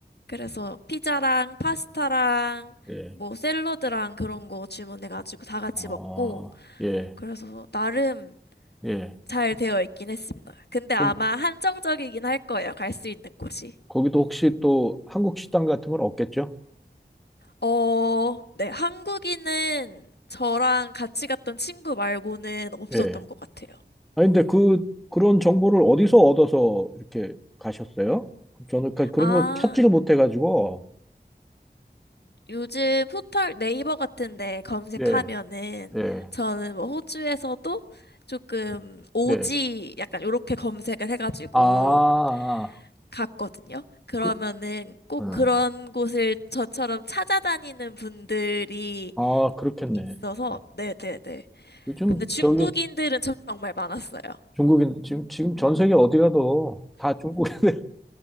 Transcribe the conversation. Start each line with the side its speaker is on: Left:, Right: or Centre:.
Left: 그래서 피자랑 파스타랑
Centre: 예.
Left: 뭐 샐러드랑 그런 거 주문해가지고 다 같이
Centre: 아,
Left: 먹고
Centre: 예.
Left: 그래서 나름
Centre: 예.
Left: 잘 되어 있긴 했습니다. 근데 아마
Centre: 그럼
Left: 한정적이긴 할 거예요. 갈 수 있는 곳이.
Centre: 거기도 혹시 또 한국 식당 같은 건 없겠죠?
Left: 어, 네, 한국인은 저랑 같이 갔던 친구 말고는 없었던
Centre: 예.
Left: 것 같아요.
Centre: 아, 근데 그, 그런 정보를 어디서 얻어서 이렇게 가셨어요? 저는 그- 그런
Left: 아,
Centre: 거 찾지를 못해가지고.
Left: 요즘 포털 네이버 같은데 검색하면은
Centre: 네, 네,
Left: 저는 뭐 호주에서도 조금 오지
Centre: 네.
Left: 약간 요렇게 검색을 해가지고
Centre: 아,
Left: 갔거든요. 그러면은
Centre: 그,
Left: 꼭
Centre: 어.
Left: 그런 곳을 저처럼 찾아다니는 분들이
Centre: 아, 그렇겠네.
Left: 있어서,
Centre: 예.
Left: 네네네.
Centre: 요즘
Left: 근데 중국인들은
Centre: 저기
Left: 정말 많았어요.
Centre: 중국인 지금 지금 전 세계 어디 가도 다 중국 <laughs>